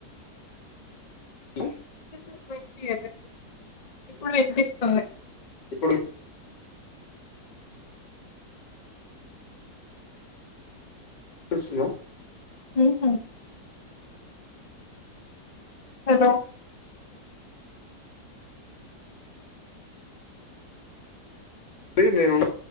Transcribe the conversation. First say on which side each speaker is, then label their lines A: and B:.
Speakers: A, on the left; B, on the left.
A: మూ
B: ఇంత సేపు వినిపియ్యలే ఇప్పుడు వినిపిస్తుంది
A: ఇప్పుడు వినిపిస్తుందా
B: ఉ హుమ్ హలో
A: అది నేను ఉన్నా